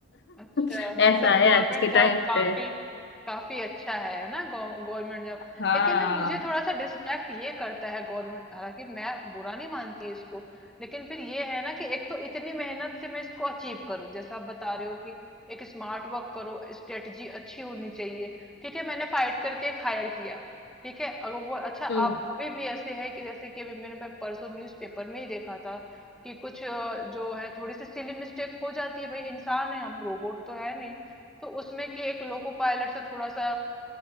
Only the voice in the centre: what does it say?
अच्छा
मतलब
गवर्नमेंट
जॉब
काफी
काफी अच्छा है ना गवर्नमेंट जॉब
लेकिन ना मुझे थोड़ा सा डिस्ट्रैक्ट ये करता है गवर्नमेंट हालांकि मैं बुरा नहीं मानती इसको लेकिन फिर ये है ना कि एक तो इतनी मेहनत से मैं इसको अचीव करूं जैसा आप बता रहे हो कि एक स्मार्ट वर्क करो स्ट्रेटजी अच्छी होनी चाहिए ठीक है मैंने फाइट करके एक हायर किया ठीक है अगर वो अच्छा
अब अभी भी ऐसे है कि जैसे कि अभी मैंने परसों न्यूज़पेपर में ही देखा था कि कुछ अ, जो है थोड़ी सी सिली मिस्टेक हो जाती है भाई इंसान है हम रोबोट तो है नहीं तो उसमें कि एक लोको पायलट से थोड़ा सा